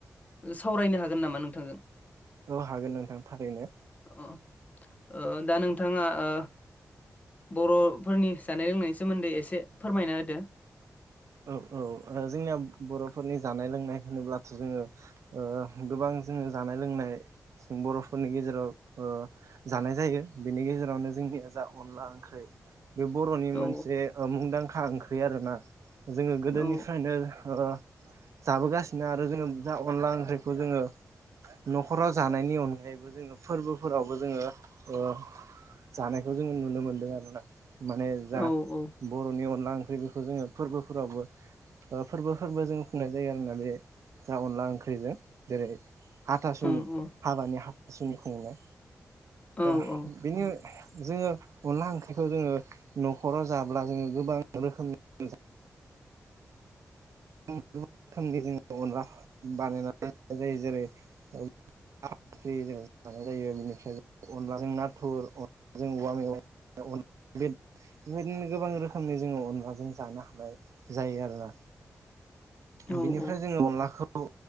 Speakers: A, on the left; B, on the right.
A: सावरायनो हागोन नामा नोंथांजों?
B: औ हागोन नोंथां थारैनो।
A: अ ओ दा नोंथाङा ओ बर'फोरनि जानाय लोंनायनि सोमोन्दै एसे फोरमायना होदो।
B: औ औ ओ जोंनिया बर'फोरनि जानाय लोंनाय होनोब्लाथ' जोङो ओ गोबां जोङो जानाय लोंनाय जों बर'फोरनि गेजेराव ओ जानाय जायो बिनि गेजेरावनो जों निया जा अनला ओंख्रै बे बर'नि
A: औ
B: मोनसे मुंदांखा ओंख्रि आरोना। जोङो गोदोनिफ्रायनो
A: औ
B: ओ जाबोगासिनो आरो जोङो जा अनला ओंख्रिखौ जोङो न'खराव जानायनि अनगायैबो जोङो फोरबोफोरावबो जोङो ओ जानायखौ जों नुनो मोन्दों आरोना। माने जा
A: औ औ
B: बरनि अनला ओंख्रै बेखौ जोङो फोरबो फोरावबो ओ फोरबो फोरबो जों खुंनाय जायो आरोना बे जा अनला ओंख्रैजों जेरै हाथासुनि
A: ओं औ
B: हाबानि हाथासुनि खुंनाय
A: औ
B: ओह
A: औ
B: बेनो जोङो अनला ओंख्रिखौ जोङो नखराव जाब्ला जोङो गोबां रोखोमनि
A: <inaudible>
B: गुबुन रोखोमनि जोङो अनला बानायनानै जानाय जायो जेरै अन ला ओंख्रि जों जानाय जायो बेनिफ्राय अनलाजों नाथुर अनलाजों औवा मेवाइ अनला बेद बेबायदिनो गोबां रोखोमनि जोङो अनलाजों जानो हानाय जायो आरो ना।
A: औ
B: बिनिफ्राय
A: औ
B: जोङो अनलाखौ